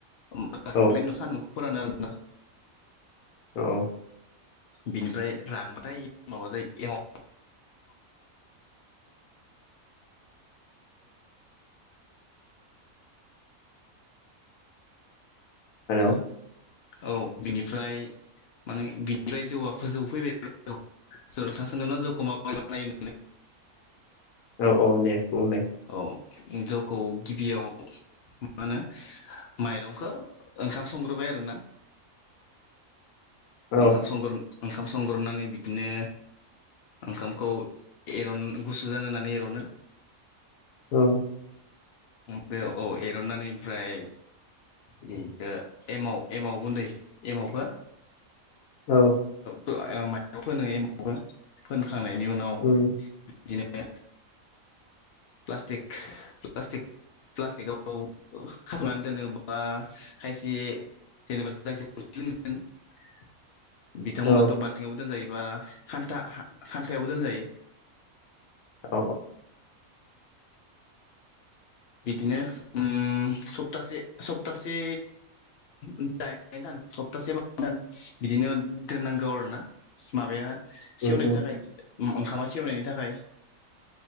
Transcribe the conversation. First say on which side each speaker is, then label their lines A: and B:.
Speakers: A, on the left; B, on the left.
A: नानाय
B: औ
A: नि उनाव सानाव फोरानो आरो ना
B: औ
A: बिनिफ्राय रानबाथाय माबा जायो
B: हेल'।
A: औ बिनिफ्राय माने बिनिफ्राय जौआ फोजौ फैबाय जौ नोंथां सानदोंना जौखौ माबोरै बानायो होननानै।
B: औ औ दे बुंलाय।
A: औ जौखौ गिबियाव मा होनो माइरंखौ ओंखाम संग्रोबाय आरो। ना
B: औ
A: ओंखाम संग्रो ओंखाम संग्रोनानै बिदिनो ओंखामखौ एरन गुसु जानो होननानै एर'नो।
B: औ।
A: बे औ एरननानै ओमफ्राय बेखौ एमाव एमाव गुन्दै एमावखो
B: औ
A: बेयाव माबाखो <unintelligible> खांनायनि उनाव
B: उम
A: बिदिनो प्लास्टिक प्लास्तिक प्लास्टिकआव खाथ'नानै दोनोब बा खायसे जेनेबा जाय <unintelligible> बिथांमोनाथ'
B: औ
A: बाल्थिंआवबो दोनजायोबा खान्था खान्थायावबो दोनजायो।
B: औ।
A: बिदिनो ओम सप्तासे सप्तासे द दान सप्तासे दान बिदिनो दोननांगौ आरोना माबाया सेवनायनि
B: उम उम
A: थाखाय ओ ओंखामा सेवनायनि थाखाय